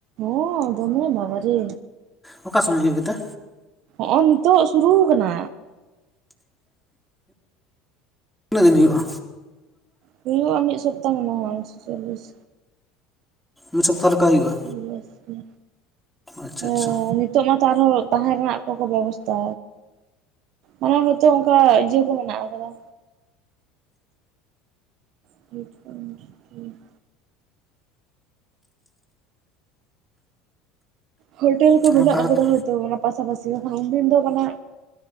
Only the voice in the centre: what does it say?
ᱚᱠᱟ ᱥᱚᱢᱚᱭ ᱦᱩᱭᱩᱜ ᱜᱮᱛᱮ?
ᱛᱤᱱᱟᱹᱜ ᱫᱤᱱ ᱦᱩᱭᱩᱜᱼᱟ?
ᱢᱤᱫ ᱥᱚᱯᱛᱟ ᱦᱚ ᱞᱮᱠᱟ ᱦᱩᱭᱩᱜᱼᱟ᱾
ᱟᱪᱪᱷᱟ
ᱟᱪᱪᱷᱟ
ᱚᱱᱟ
ᱛᱟᱦᱚᱞᱮ
ᱛᱚ